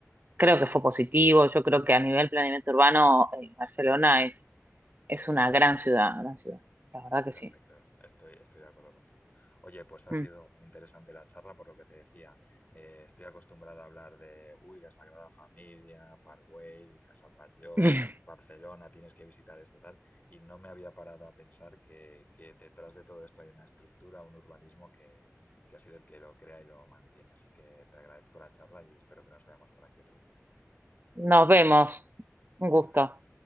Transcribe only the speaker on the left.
Perfecto,
estoy, estoy de acuerdo contigo. Oye, pues ha
sido muy interesante la charla, por lo que te decía. Eh, estoy acostumbrado a hablar de, uy, la Sagrada Familia, Parkway, Casa Batlló,
Barcelona, tienes que visitar esto, tal. Y no me había parado a pensar que, que detrás de todo esto hay una estructura, un urbanismo que, que ha sido el que lo crea y lo mantiene. Así que te agradezco la charla y espero que nos veamos por aquí otro día.
Adiós.